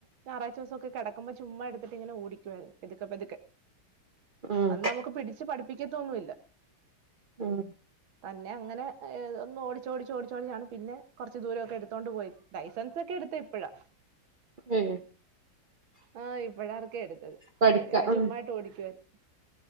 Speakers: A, on the right; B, on the right.
A: ഞായറാഴ്ച്ചോസൊക്കെ കെടക്ക്മ്പൊ ചുമ്മാ എട്ത്ത് ഇട്ട് ഇങ്ങനെ ഓടിക്കാര്ന്ന് പെത്ക്കേ പെത്ക്കേ.
B: ഉം
A: അന്ന് നമ്മക്ക് പിടിച്ച് പഠിപ്പിക്കത്തൊന്നും ഇല്ല.
B: ഉം
A: തന്നെ അങ്ങനെ ഒന്ന് ഓടിച്ച് ഓടിച്ച് ഓടിച്ച് ഒടിച്ചാണ് പിന്നെ കൊറച്ച് ദൂരമൊക്കെ എടുത്തോണ്ട് പോയത്. ലൈസൻസെക്കെ എട്ത്തേ ഇപ്പഴാ.
B: ഉം
A: ആഹ് ഇപ്പഴാതക്കെ എട്ത്തത്.
B: പഠിക്ക
A: അത് വരെക്കെ
B: ഉം
A: ചുമ്മായിട്ട് ഓടിക്കോയിര്ന്ന്.